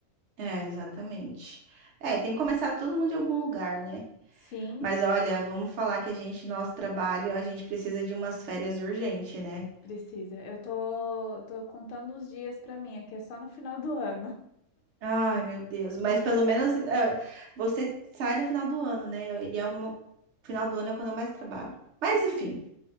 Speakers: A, on the right; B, on the left.
A: É, exatamente. É, tem que começar todo mundo de algum lugar, né?
B: Sim,
A: Mas olha, vamos falar que a gente, nosso trabalho, a gente precisa de umas férias urgente, né?
B: precisa. Eu tô, tô contando os dias para mim, aqui é só no final do ano.
A: Ai, meu Deus. Mas pelo menos é, você sai no final do ano, né? E é um... final do ano é quando eu mais trabalho. Mas
B: Ah,
A: enfim.